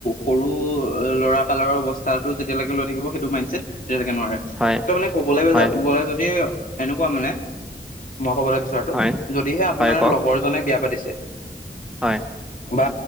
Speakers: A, on the left (about 45°); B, in the centre.
A: সৰু ল'ৰা কালাৰৰ অৱস্থাটো যেতিয়ালেকে লৈ থাকিব সেইটো মাইণ্ডছেট তেতিয়ালেকে নোৱাৰে ত'
B: হয়
A: মানে কবলে গ
B: হয়
A: গলে যদি এনেকুৱা মানে মই ক'বলে বিচৰাটো
B: হয়
A: যদিহে আপোনাৰ
B: হয় কওক
A: লগৰজনে বিয়া পাতিছে
B: হয়
A: বা